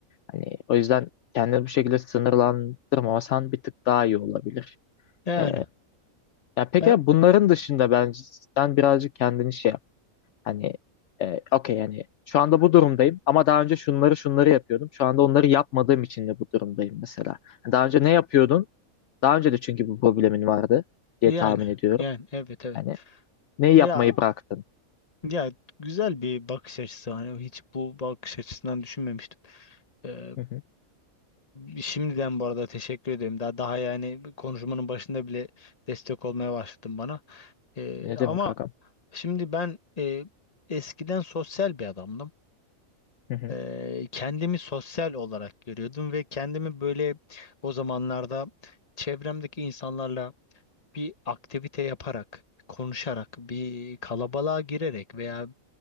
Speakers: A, on the left (about 65°); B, on the left (about 30°).
A: Hani o yüzden kendini bu şekilde sınırlandırmasan bir tık daha iyi olabilir.
B: Yani
A: Ee, ya peki
B: e,
A: bunların dışında bence sen birazcık kendini şey yap. Hani e, okey yani şu anda bu durumdayım ama daha önce şunları şunları yapıyordum. Şu anda onları yapmadığım için de bu durumdayım mesela. Hani Daha önce ne yapıyordun? Daha önce de çünkü bu problemin vardı diye
B: yani
A: tahmin ediyorum.
B: yani evet evet.
A: Yani neyi
B: Ya
A: yapmayı bıraktın?
B: Ya güzel bir bakış açısı hani hiç bu bakış açısından düşünmemiştim. Ee,
A: Hı hı.
B: e, şimdiden bu arada teşekkür ederim. Daha daha yani konuşmanın başında bile destek olmaya başladın bana. Ee,
A: Ne
B: ama
A: demek agam?
B: şimdi ben e, eskiden sosyal bir adamdım.
A: Hı hı.
B: Ee, kendimi sosyal olarak görüyordum ve kendimi böyle o zamanlarda çevremdeki insanlarla bir aktivite yaparak, konuşarak, bir kalabalığa girerek veya